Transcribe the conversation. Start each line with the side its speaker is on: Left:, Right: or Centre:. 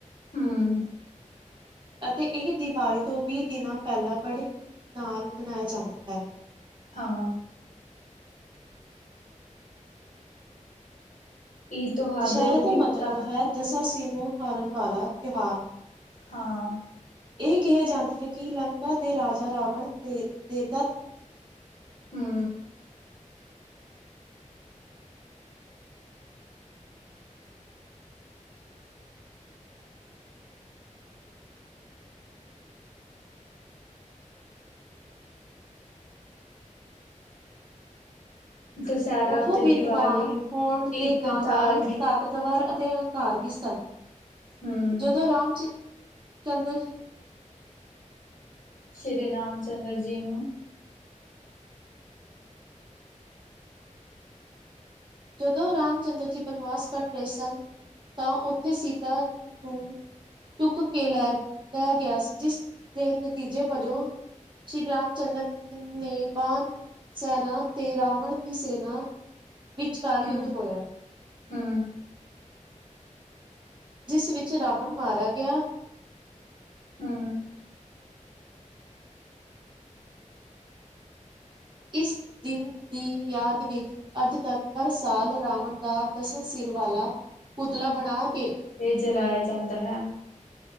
Left: ਹਮ
Right: ਅਤੇ ਇਹ ਦੀਵਾਲੀ ਤੋਂ ਵੀਹ ਦਿਨ ਪਹਿਲਾਂ ਬੜੇ ਹੀ ਚਾਅ ਨਾਲ ਮਨਾਇਆ ਜਾਂਦਾ ਹੈ।
Left: ਹਾਂ ਇਹ ਤਿਉਹਾਰ
Right: ਦੁਸਹਿਰੇ
Left: ਬਹੁਤ
Right: ਦਾ
Left: ਹੀ
Right: ਮਤਲਬ
Left: ਤਾਂ
Right: ਹੈ ਦਸਾ ਸੀਰ ਨੂੰ ਹਾਰਨ ਵਾਲਾ ਤਿਉਹਾਰ
Left: ਹਾਂ
Right: <inaudible> ਇਹ ਕਿਹਾ ਜਾਂਦਾ ਹੈ ਕਿ ਦੇ ਰਾਜਾ ਰਾਵਣ ਨੇ ਦੇ
Left: ਹੂੰ, ਦੁਸਹਿਰਾ
Right: ਉਹ
Left: ਅਤੇ
Right: ਵਿਦਵਾਨ
Left: ਦੀਵਾਲੀ
Right: ਹੋਣ ਦੇ
Left: ਇੱਕ
Right: ਨਾਲ
Left: ਧਾਰਮਿਕ
Right: ਨਾਲ ਤਾਕਤਵਰ ਅਤੇ। ਤੇ ਹੰਕਾਰ ਵੀ ਸਨ।
Left: ਹਮ
Right: ਜਦੋਂ ਰਾਮ ਜੀ ਚੰਦਰ।
Left: ਸ਼੍ਰੀ ਰਾਮ ਚੰਦਰ ਜੀ ਨੂੰ?
Right: ਜਦੋਂ ਰਾਮ ਚੰਦਰ ਜੀ ਬਨਵਾਸ ਕੱਟ ਰਹੇ ਸਨ ਤਾਂ ਉੱਥੇ ਸੀਤਾ ਨੂੰ ਚੁੱਕ ਕੇ ਲੈ ਲੈ ਗਿਆ ਸੀ ਜਿਸ ਦੇ ਨਤੀਜੇ ਵਜੋਂ ਸ਼੍ਰੀ ਰਾਮ ਚੰਦਰ ਜੀ ਨੇ ਬਣ ਸੈਨਾ ਤੇ ਰਾਵਣ ਦੀ ਸੈਨਾ। ਵਿਚਕਾਰ ਯੁੱਧ
Left: ਹੂੰ
Right: ਹੋਇਆ।
Left: ਹੂੰ।
Right: ਜਿਸ ਵਿੱਚ ਰਾਵਣ ਮਾਰਿਆ ਗਿਆ।
Left: ਹੂੰ।
Right: ਇਸ ਦਿਨ ਦੀ ਯਾਦ ਵਿੱਚ ਅੱਜ ਤੱਕ ਹਰ ਸਾਲ ਰਾਵਣ ਦਾ ਦਸਾ ਸਿਰ ਵਾਲਾ ਪੁਤਲਾ ਬਣਾ ਕੇ।
Left: ਤੇ ਇਹ ਜਲਾਇਆ ਜਾਂਦਾ ਹੈ।